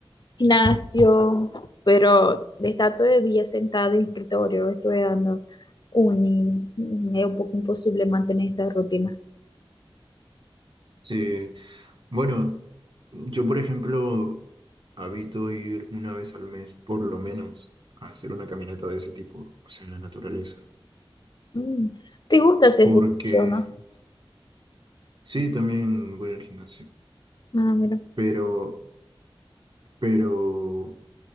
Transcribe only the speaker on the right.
Sí, bueno, yo por ejemplo habito ir una vez al mes por lo menos a hacer una caminata de ese tipo, o sea, en la naturaleza,
porque
sí, también voy al gimnasio,
pero, pero